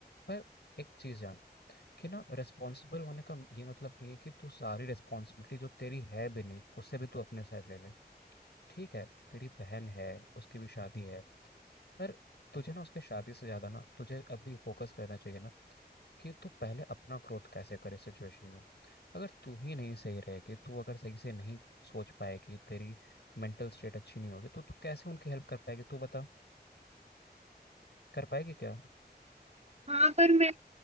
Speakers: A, on the left; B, on the right.
A: पर एक चीज़ जान कि ना रिस्पॉन्सिबल होने का ये मतलब नहीं है कि तू सारी रिस्पॉन्सिबिलिटी जो तेरी है भी नहीं उससे भी तू अपने साइड ले ले ठीक है तेरी बहन है उसकी भी शादी है पर तुझे ना उसके शादी से ज्यादा ना तुझे अभी फोकस करना चाहिए ना कि तू पहले अपना ग्रोथ कैसे करे सिचुएशन में अगर तू ही नहीं सही रहेगी तू अगर सही से नहीं सोच पाएगी तेरी मेंटल स्टेट अच्छी नहीं होगी तो तू कैसे उनकी हेल्प कर पाएगी तू बता कर पाएगी क्या
B: हाँ पर मैं